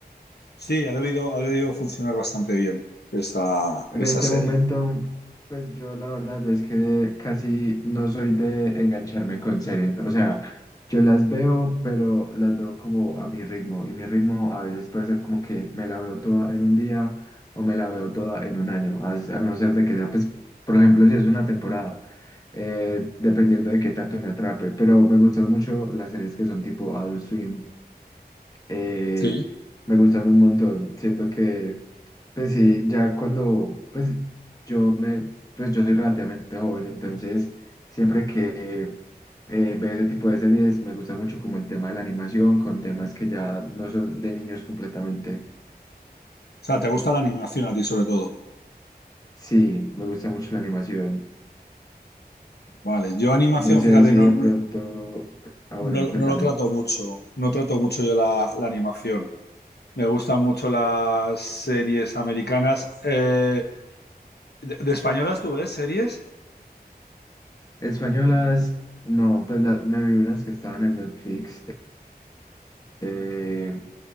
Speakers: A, on the left (about 80°); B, on the left (about 20°).
A: Sí, ha debido, ha debido funcionar bastante bien esa,
B: En
A: esa
B: este
A: serie.
B: momento, pues yo la verdad es que casi no soy de engancharme con series. O sea, yo las veo, pero las veo como a mi ritmo. Y mi ritmo a veces puede ser como que me la veo toda en un día o me la veo toda en un año. A, a no ser de que sea, pues, por ejemplo, si es una temporada, eh, dependiendo de qué tanto me atrape. Pero me gustan mucho las series que son tipo Adult Swim eh,
A: Sí.
B: me gustan un montón. Siento que, pues sí, ya cuando, pues yo me, pues yo soy relativamente joven, entonces siempre que eh, veo ese tipo de series me gusta mucho como el tema de la animación con temas que ya no son de niños completamente.
A: O sea, ¿te gusta la animación a ti sobre todo?
B: Sí, me gusta mucho la animación.
A: Vale, yo animación,
B: No sé
A: fíjate,
B: si
A: no,
B: de
A: no,
B: pronto, ah
A: no,
B: bueno, cuéntame.
A: no lo trato mucho. No trato mucho yo la, la animación. Me gustan mucho las series americanas. Eh, de, de españolas tú ves series?
B: Españolas, no, pues la- me vi unas que estaban en Netflix. eh,